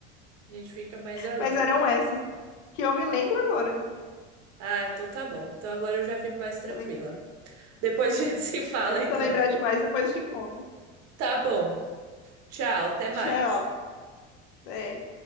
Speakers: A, on the right; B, on the left.
A: A gente fica mais alegre.
B: Mas eram essas que eu me lembro agora, né?
A: Ah, então tá bom. Então agora eu já fico mais tranquila.
B: Se eu lembrar,
A: Depois a gente <laughs> se fala,
B: se
A: então.
B: eu lembrar demais, depois eu te conto.
A: Tá bom. Tchau, até mais.
B: Tchau. Até.